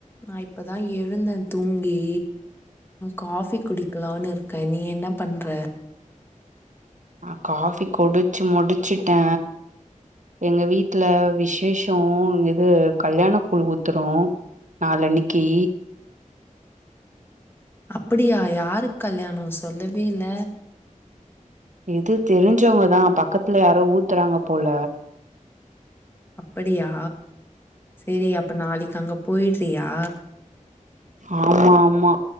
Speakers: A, on the left; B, on the right.
A: நா இப்பதா எழுந்தே தூங்கி காபி குடிக்கலானு இருக்கே நீ என்ன பண்ற
B: ஆ காபி குடிச்சி முடி வச்சுட்டே எங்க வீட்டுல விசேஷம் இது கல்யாண கூழ் ஊத்துரோ நாலன்னிக்கி
A: அப்படியா யாரு கல்யாணோ சொல்லவே இல்ல
B: இது தெரிஞ்சவங்கதா பக்கத்துல யாரோ ஊத்துறாங்க போல
A: அப்படியா செரி அப்ப நாளிக்கு அங்க போயிட் தியா
B: ஆமா ஆமா